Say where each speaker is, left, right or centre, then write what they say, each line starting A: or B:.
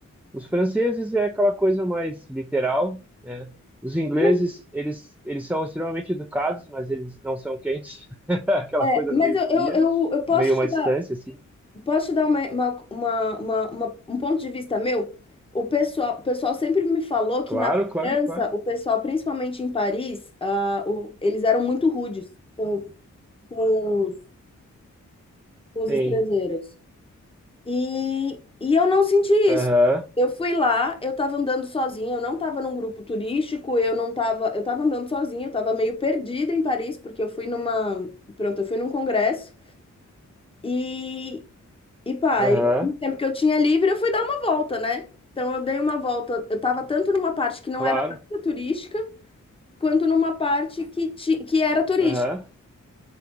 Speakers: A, in the centre; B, on the left.
A: Os franceses é aquela coisa mais literal, né? Os ingleses,
B: Mas,
A: eles, eles são extremamente educados, mas eles não são quentes. <laughs> Aquela
B: é,
A: coisa
B: mas
A: meio
B: eu,
A: fria,
B: eu, eu, eu posso
A: meio uma
B: te
A: distância,
B: dar,
A: assim.
B: posso te dar uma, uma, uma, uma- uma- um ponto de vista meu. O pessoal, o pessoal sempre me falou que
A: Claro,
B: na
A: claro,
B: França,
A: claro.
B: o pessoal, principalmente em Paris, ah, o- eles eram muito rudes com, com os, com os
A: Sim.
B: estrangeiros. E, e eu não senti isso.
A: Aham,
B: Eu fui lá, eu tava andando sozinha, eu não tava num grupo turístico, eu não tava, eu tava andando sozinha, eu tava meio perdida em Paris, porque eu fui numa, pronto, eu fui num congresso e, e pá,
A: aham,
B: e no tempo que eu tinha livre, eu fui dar uma volta, né? Então eu dei uma volta, eu tava tanto numa parte que não
A: claro.
B: era nada turística, quanto numa parte que, ti, que era turística.
A: Aham,